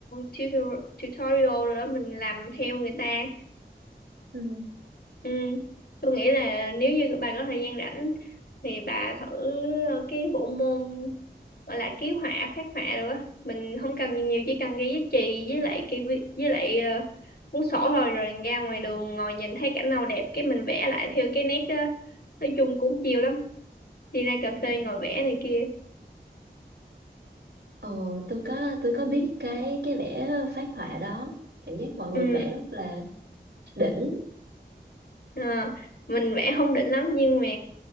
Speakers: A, on the left; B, on the right.
A: tutor- tutorial rồi đó mình làm theo người ta
B: Ừ.
A: Ừ. Tôi nghĩ là nếu như bà có thời gian rảnh thì bà thử ờ, cái bộ môn gọi là ký họa phác họa được á mình không cần nhiều nhiều, chỉ cần cái giấy chì với lại cái vi- với lại ờ, cuốn sổ thôi rồi ra ngoài đường ngồi nhìn thấy cảnh nào đẹp cái mình vẽ lại theo cái nét đó nói chung cũng chiều lắm đi ra cà
B: Ừ.
A: phê ngồi vẽ này kia
B: Ờ, tôi có tôi có biết cái cái vẽ phác họa đó cảm giác mọi người
A: ừ
B: vẽ rất là đỉnh
A: ờ, mình vẽ không đỉnh lắm nhưng mà